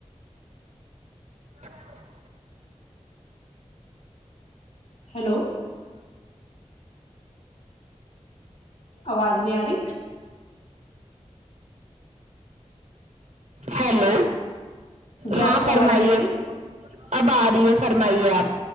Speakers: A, on the right; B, on the left.
A: <inaudible>
B: ہیلو آواز نہیں آ رہی
A: ہیلو
B: جی
A: ہاں
B: آپ کو
A: فرمائیے
B: آواز نہیں آ رہی
A: اب آ رہی ہے فرمائیے آپ